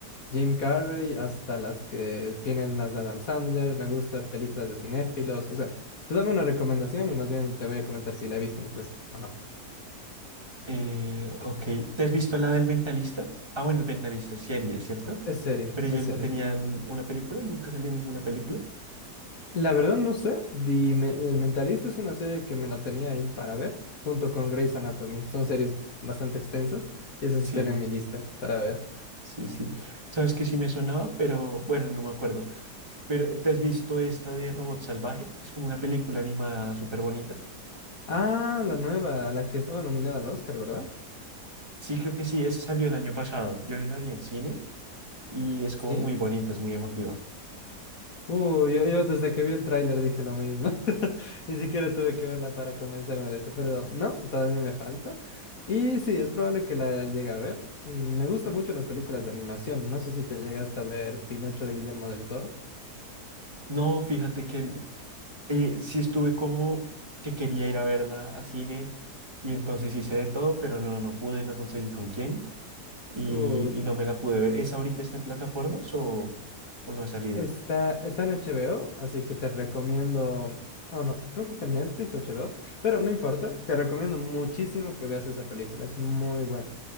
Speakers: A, on the left (about 55°); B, on the right (about 15°).
A: Jim Carrey, hasta las que tienen las de Adam Sandler. Me gusta películas de cinéfilos. O sea, tú dame una recomendación y más bien te voy a comentar si la he visto incluso o no.
B: Eh, ok, ¿te has visto la del Mentalista? Ah, bueno, el Mentalista es serie, ¿cierto?
A: Es serie,
B: Pero
A: es
B: ellos
A: serie.
B: no tenían una película, nunca salió ninguna película.
A: La verdad no sé. Dime, El Mentalista es una serie que me la tenía ahí para ver, junto con Grey's Anatomy. Son series bastante extensas y esas
B: Sí,
A: están en mi lista para ver.
B: sí, sí. Sabes que sí me sonaba, pero bueno, no me acuerdo. Pero ¿te has visto esta de Robot Salvaje? Que es como una película animada súper bonita.
A: Ah, la nueva, la que estaba nominada al Oscar, ¿verdad?
B: Sí, creo que sí, esa salió el año pasado. Yo la vi en cine y es
A: Sí.
B: como muy bonita, es muy emotiva.
A: Uh, yo, yo desde que vi el tráiler dije lo mismo. <laughs> Ni siquiera tuve que verla para convencerme de eso, pero no, todavía me falta. Y sí, es probable que la llegue a ver. Mm, Me gustan mucho las películas de animación. No sé si te llegaste a ver Pinocho de Guillermo del Toro.
B: No, fíjate que eh, sí estuve como que quería ir a verla a cine y entonces hice de todo, pero no, no pude, no conseguí con quién y,
A: Uh,
B: y no me la pude ver. ¿Esa ahorita está en plataformas o, o no ha salido?
A: está, está en HBO, así que te recomiendo. Oh, no, creo que está en Netflix o HBO, pero no importa. Te recomiendo muchísimo que veas esa película. Es muy buena.